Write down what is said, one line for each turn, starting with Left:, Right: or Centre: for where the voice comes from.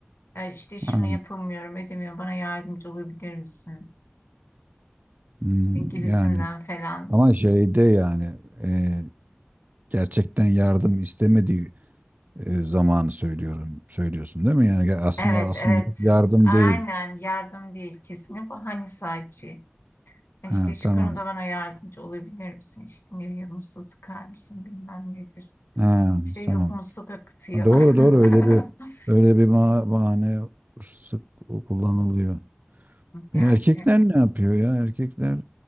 Left: Ya işte şunu
Right: Ha.
Left: yapamıyorum, edemiyorum. Bana yardımcı olabilir misin?
Right: Hmm,
Left: Gibisinden
Right: yani
Left: falan.
Right: ama şeyde yani e, gerçekten yardım istemediği e, zamanı söylüyorum söylüyorsun değil mi? Yani aslında
Left: Evet,
Right: asıl
Left: evet.
Right: niyet yardım
Left: Aynen
Right: değil.
Left: yardım değil kesinlikle. Hani sadece işte
Right: Ha,
Left: şu
Right: tamam.
Left: konuda bana yardımcı olabilir misin? İşte ne bileyim musluğu sıkar mısın bilmem nedir.
Right: Ha,
Left: İşte yok
Right: tamam.
Left: musluk akıtıyor.
Right: Doğru doğru öyle bir
Left: <laughs>
Right: öyle bir ma- bahane sık kullanılıyor.
Left: Yani.
Right: E, Erkekler
Left: e,
Right: ne yapıyor ya? Erkekler